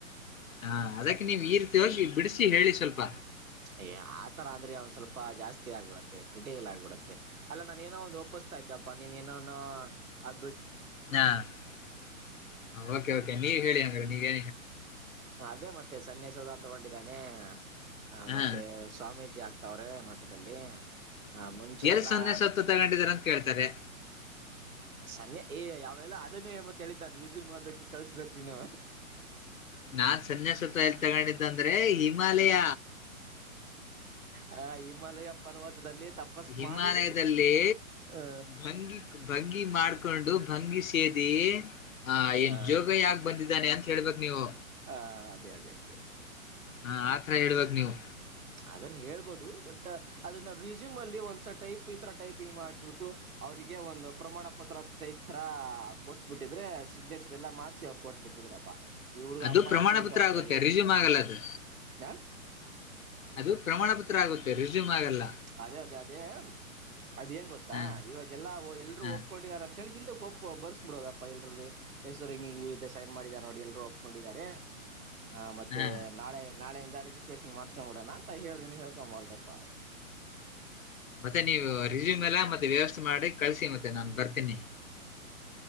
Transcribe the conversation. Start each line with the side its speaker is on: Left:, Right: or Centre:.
Left: ಹಾ ಅದಕ್ಕೆ ನೀವ್ ಈ ರೀತಿ ಹೋಗಿ ಬಿಡಿಸಿ ಹೇಳಿ ಸ್ವಲ್ಪ
Right: ಏ ಆತರ ಅಂದ್ರೆ ಒಂದ ಸ್ವಲ್ಪ ಜಾಸ್ತಿ ಆಗ್ಬಿಡುತ್ತೆ ಕ್ರಿಟಿಕಲ್ ಆಗ್ಬಿಡುತ್ತೆ ಅಲ್ಲ ನಾನ ನೋ ಒ ಒಪ್ಪಿಸ್ತಾ ಇದ್ದಪ್ಪ ನೀನ್ ಏನೋನೋ ಅ
Left: ಹಾ ಕೆ ಓಕೆ ನೀವ ಹೇಳಿ ಅಂಗ್ರ ನೀವೇ
Right: ಅದೇ ಮತ್ತೆ ಸನ್ಯಾಸೌಧ ತಗೊಂಡಿದ್ದಾನೆ ಹ
Left: ಹಾ
Right: ಮತ್ತೆ ಸ್ವಾಮೀಜಿ ಆಗ್ತ ತ್ತ ಅವ್ರೆ ಮಟ್ಟದಲ್ಲಿ ಹಾ ಮುಂಚೆ
Left: ಎಲ್
Right: ಎಲ್ಲಾ
Left: ಸನ್ಯಾಸತ್ವ ತಗೊಂಡಿದಾರ ಅಂತ ಕೇಳ್ತಾರೆ
Right: ಸನ್ನೆ ಏ ಯಾವೆಲ್ಲ ಅದನ್ನೇ ಮತ್ತತ್ ಹೇಳಿದ್ದಾನ ರಿಸ್ಯೂಮ್ ಆದಕ ಕಳ್ಸ್ಬೇಕ ನೀನು
Left: ನಾನ್ ಸನ್ಯಾಸತ್ ಎಲ್ಲಿ ತಗೊಂಡಿದ್ದಂತ ಅಂದ್ರೆ ಹಿಮಾಲಯ
Right: ಹ ಹಿಮಾಲಯ ಪರ್ವತದಲ್ಲಿ ತಪಸ್
Left: ಹಿಮಾಲಯದಲ್ಲಿ
Right: ಮಾಡಿ ಆ
Left: ಭಂಗಿ ಭಂಗಿ ಮಾಡ್ಕೊಂಡು ಭಂಗಿ ಸೇದ ಹಾ ಎನ್
Right: ಆ
Left: ಜೋಗ ಯಾ ಬಂದಿದ್ದ ಇದ್ದಾನೆ ಅಂತ ಹೇಳ್ಬೇಕು ನೀವು
Right: ಹ ಅದೇ ಅದೇ ಅದೇ
Left: ಹಾ ಆತರ ಹೇಳ್ಬ ನೀವು
Right: ಅದನ್ ಹೇಳ್ಬೋದು ಬಟ್ ಅದನ್ನ ರಿಸ್ಯೂಮ್ ಅಲ್ಲಿ ಒಂದ್ಸ ಟೈಪ್ ಈ ತರ ಟೈಪಿಂಗ್ ಮಾಡ್ಸ್ಬಿಟ್ಟು ಅವ್ರಿಗೆ ಒಂದು ಪ್ರಮಾಣ ಪತ್ರ ಟೈಪ್ ತರ ಕೊಡ್ಸ್ಬಿಟ್ಟಿದ್ರೆ ಸಿಗ್ನೇಚರ್ ಎಲ್ಲ ಮಾಡ್ಸಿ ಅವ್ರು ಕೊಟ್ಬಿಡ್ತಿದ್ರಪ್ಪಾ ಇವಡ್ಗ
Left: ಅದು
Right: ಅಪಾಯಿಂಟ್ಮೆಂಟ್
Left: ಪ್ರಮಾಣ ಪತ್ರ
Right: ಅಂತ
Left: ಆಗುತ್ತೆ
Right: ಹೇಳಿ
Left: ರಿಸ್ಯೂಮ್ ಆಗಲ್ಲ ಅದು
Right: ಹ
Left: ಅದು ಪ್ರಮಾಣ ಪತ್ರ ಆಗುತ್ತೆ ರೆಸ್ಯೂಮ್ ಆಗಲ್ಲ
Right: ಅದೇ ಅದೇ ಅದೇ ಅದ್ ಏನ್ ಗೊತ್ತಾ
Left: ಹಾ
Right: ಇವಾಗೆಲ್ಲಾ ಎಲ್ರೂ
Left: ಹಾ
Right: ಒಪ್ಕೊಂಡಾರಂತ ಳಗ್ ಹಿಂದ ಒಪ್ಪ ಬರ್ಸಬ ಬಿಡೋದಪ್ಪಾ ಎಲ್ರದ ಹೆಸರು ಹಿಂಗ ಸೈನ್ ಮಾಡಿದ ನೋಡಿ ಎಲ್ರುೂ ಒಪ್ಕೊಂಡಿದ್ದಾರೆ ಆ ಮತ್ತೆ
Left: ಹಾ
Right: ನಾಳೆ ನಾಳೆಯಿಂದ ರಿಜಿಸ್ಟ್ರೇಷನ್ ಮಾಡ್ಸ್ಕೊಂಡ್ ಬಿಡಣ ಹೇಳ ಹೇಳ್ಕೊಬಾರುದಪ್ಪ
Left: ಮತ್ತೆ ನೀವು ರಿಸ್ಯೂಮ್ ಎಲ್ಲ ಮತ್ತೆ ವ್ಯವಸ್ಥೆ ಮಾಡಿ ಕಳಸಿ ಮತ್ತೆ ನಾನು ಬರ್ತೀನಿ